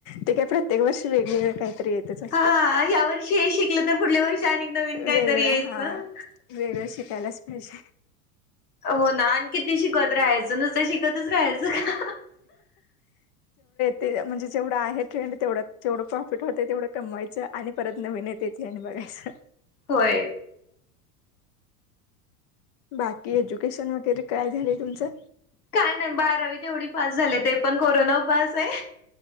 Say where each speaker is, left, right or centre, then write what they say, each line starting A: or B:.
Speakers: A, on the left; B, on the left.
A: ते काय प्रत्येक वर्षी वेगवेगळ काही येतच असते
B: हा ह्या वर्षी हे शिकलं तर पुढल्या वर्षी आणि नवीन काहीतरी
A: वेगळा
B: यायचं
A: हा वेगळ शिक त्यालासपश
B: हो ना आणखी ते शिकत राहायचं नुसत शिकतच राहायचं का
A: ते म्हणजे जेवढं आहे ट्रेंड तेवढ जेवढं प्रॉफिट होते तेवढं कमवायचं आणि परत नवीन तेथ्रेंड बघाय अससं
B: होय
A: बाकी एज्युकेशन वगैरे काय झालंय तुमचं
B: काय नाही बारावी तेवढी पास झाली ते पण कोरोना पास आहे